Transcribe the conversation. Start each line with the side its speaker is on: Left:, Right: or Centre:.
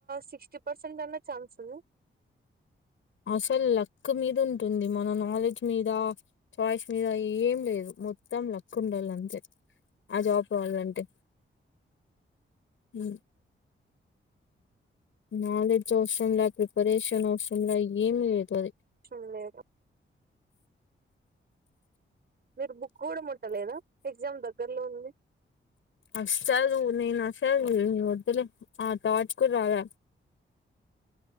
Right: సిక్స్టీ పర్సెంట్ అన్న ఛాన్స్ ఉంద?
Left: అసలు లక్ మీద ఉంటుంది. మన నాలెడ్జ్ మీద, చాయిస్ మీద ఏం లేదు. మొత్తం లక్ ఉండళ్ళ అంతే ఆ జాబ్ కావాలంటే ఉ నాలెడ్జ్ అవసరంలా, ప్రిపరేషన్ అవసరంలా ఏమి లేదు అది.
Right: సరం లేదా? మీరు బుక్ కూడా ముట్టలేదా? ఎగ్జామ్ దగ్గరలో ఉంది.
Left: అసలు నేను అసలు వద్దులే. ఆ థాట్స్ కూడ్ రాల.